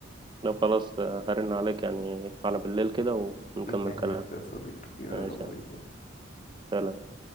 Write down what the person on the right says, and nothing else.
لو خلاص آه، هرن عليك يعني على بالليل كده ونكمل
كلام
ماشي
يلا.